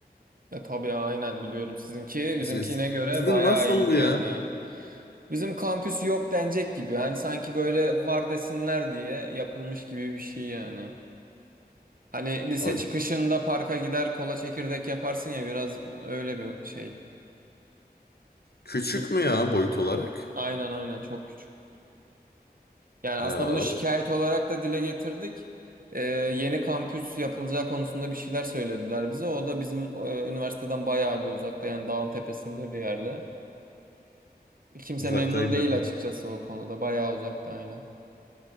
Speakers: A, on the right; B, on the left.
A: E, tabii aynen biliyorum sizinki bizimkine
B: Siz-
A: göre
B: Sizin
A: bayağı
B: nasıldı
A: iyiydi yani.
B: ya?
A: Bizim kampüs yok denecek gibi. Hani sanki böyle var desinler diye yapılmış gibi bir şey yani. Hani lise
B: Aa,
A: çıkışında parka gider kola çekirdek yaparsın ya biraz öyle bir şey.
B: Küçük
A: Bir-
B: mü ya boyut olarak?
A: Aynen aynen çok küçük. Yani aslında
B: Ya
A: bunu şikayet olarak da dile getirdik. Ee, yeni kampüs yapılacağı konusunda bir şeyler söylediler bize. O da bizim e, üniversiteden bayağı bir uzakta yani dağın tepesinde bir yerde. Kimse
B: Uzaktaydı.
A: memnun değil açıkçası o konuda. Bayağı uzakta aynen.